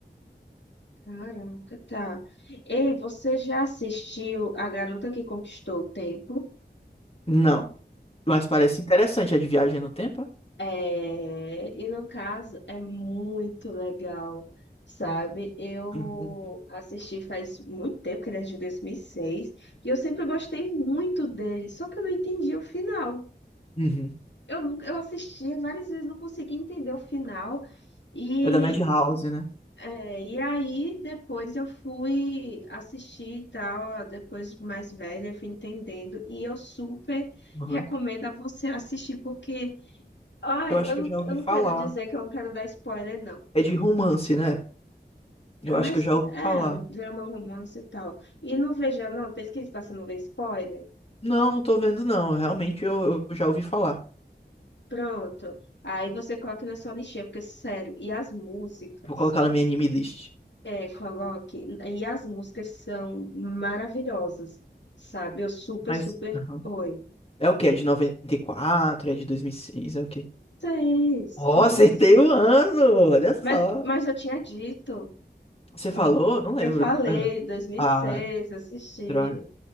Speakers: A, on the left; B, on the left.
A: caraca, tá. Ei, você já assistiu A Garota que Conquistou o Tempo?
B: Não, mas parece interessante, é de viagem no tempo, é?
A: É, e no caso é muito legal, sabe? Eu
B: Uhum.
A: assisti faz muito tempo, que ele é de 2006, e seis, e eu sempre gostei muito dele, só que eu não entendi o final.
B: Uhum.
A: Eu, nunca- eu assistia várias vezes, não conseguia entender o final, e,
B: É da Madhouse, né?
A: é, e aí depois eu fui assistir e tal, depois de mais velha, eu fui entendendo, e eu super
B: Uhum.
A: recomendo a você assistir, porque. Ai,
B: Eu acho
A: eu,
B: que
A: não-
B: eu já ouvi
A: eu não
B: falar.
A: quero dizer que eu não quero dar spoiler, não.
B: É de romance, né? Eu
A: É,
B: acho
A: Mas
B: que eu já ouvi falar.
A: é, um drama, romance e tal. E não veja, não, pesquise pra você não ver spoiler.
B: Não, não tô vendo não, realmente eu, eu já ouvi falar.
A: Pronto. Aí você coloca na sua lixeira porque, sério, e as músicas?
B: Vou colocar na minha anime list.
A: É, coloque. E as músicas são maravilhosas, sabe? Eu super,
B: Mas,
A: super.
B: Aham.
A: Oi.
B: É o quê? É de 94, É de 2006, É o quê?
A: 2006,
B: Ó,
A: 2006.
B: <laughs> acertei o ano! Olha só.
A: Mas, mas eu tinha dito.
B: Você falou?
A: Ó,
B: Não lembro.
A: Eu falei,
B: Pera.
A: dois mil
B: Ah,
A: e seis,
B: que
A: assisti.
B: droga.